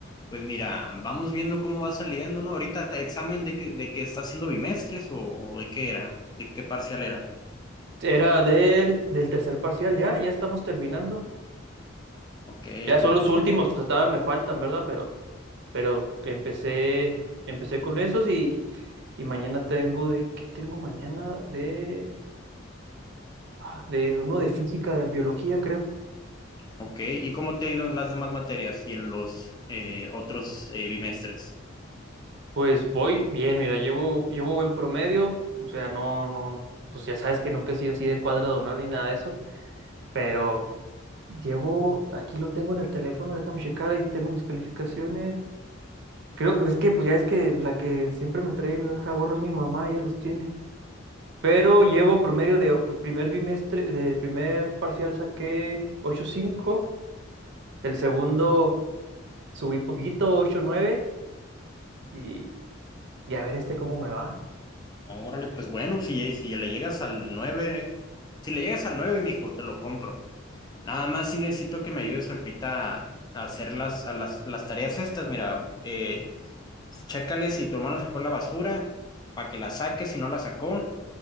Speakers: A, on the left; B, on the right.
A: Pues mira, vamos viendo cómo va saliendo, ¿no? Ahorita examen de que, de que está haciendo bimestres o, o de qué era, de qué parcial era.
B: Era del, del tercer parcial, ya, ya estamos terminando.
A: Ok,
B: Ya son
A: muy
B: los
A: bien.
B: últimos, pues, todavía me faltan, ¿verdad? Pero, pero empecé, empecé con esos y, y mañana tengo de, ¿qué tengo mañana? De, ah, de uno de física, de biología, creo.
A: Ok, ¿y cómo te ha ido en las demás materias y en los eh, otros eh, bimestres?
B: Pues voy bien, mira, llevo, llevo buen promedio, o sea, no, no, no, pues ya sabes que nunca he sido así de cuadro de honor ni nada de eso, pero Llevo, aquí lo tengo en el teléfono, déjame checar, ahí tengo mis calificaciones. Creo, es que pues ya es que la que siempre me trae a gorro es mi mamá, ella los tiene. Pero llevo promedio de el primer bimestre, de primer parcial saqué ocho punto cinco, el segundo subí poquito, 8.9 y, y a ver este cómo me va.
A: Órale, pues bueno, si, si le llegas al nueve si le llegas al nueve mijo, te lo compro. Nada más si necesito que me ayudes ahorita a hacer las, a las, las tareas estas. Mira, eh, Chécale si tu hermano sacó la basura, para que la saques, si no la sacó.